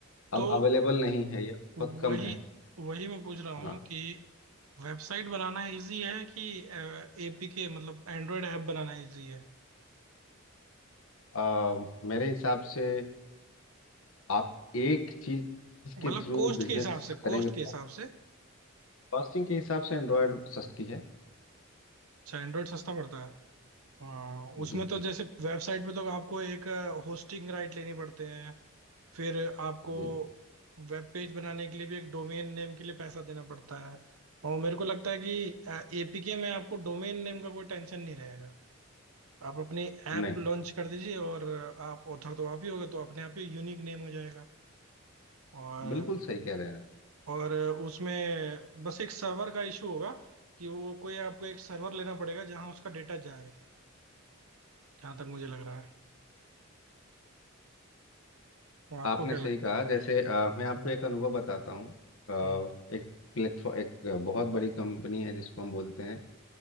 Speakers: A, on the left (about 70°); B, on the right (about 80°).
A: अब
B: तो
A: अवेलेबल नहीं है या
B: वही
A: बहुत कम है
B: वही मैं पूछ रहा हूँ
A: हाँ
B: कि वेबसाइट बनाना इजी है कि एपीके मतलब एंड्रॉयड ऐप बनाना इजी है
A: आ, मेरे हिसाब से आप एक चीज
B: मतलब
A: के थ्रू
B: कॉस्ट
A: बिजनेस
B: के हिसाब से
A: करेंगे
B: कॉस्ट
A: तो
B: के हिसाब से
A: कॉस्टिंग के हिसाब से एंड्रॉयड सस्ती है
B: अच्छा एंड्रॉयड सस्ता पड़ता है हाँ, उसमें
A: जी
B: तो जैसे वेबसाइट पे तो आपको एक होस्टिंग राइट लेने पड़ते हैं फिर आपको
A: जी
B: वेब पेज बनाने के लिए भी एक डोमेन नेम के लिए पैसा देना पड़ता है और मेरे को लगता है कि एपीके में आपको डोमेन नेम का कोई टेंशन नहीं रहेगा आप अपनी
A: नहीं
B: ऐप लॉन्च कर दीजिए और आप ऑथर तो आप ही होगे तो अपने आप ही यूनिक नेम हो जाएगा और
A: बिल्कुल सही कह रहे हैं आप
B: और उसमें बस एक सर्वर का इशू होगा कि वो कोई आपको एक सर्वर लेना पड़ेगा जहां उसका डेटा जाए जहां तक मुझे लग रहा है और आपको
A: आपने
B: क्या
A: सही
B: लगता
A: कहा जैसे अ, मैं आपको
B: है
A: एक अनुभव बताता हूँ अ,
B: हम्म
A: एक प्लेटफॉर्म एक बहुत बड़ी कंपनी है जिसको हम बोलते हैं